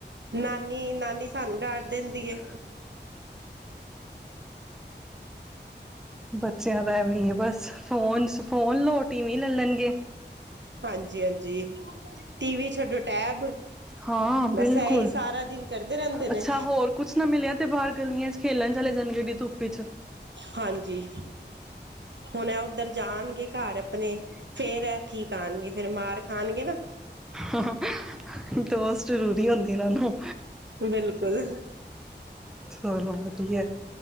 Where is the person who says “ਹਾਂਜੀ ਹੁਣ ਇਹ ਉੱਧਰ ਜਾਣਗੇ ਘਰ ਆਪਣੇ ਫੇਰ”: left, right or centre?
Right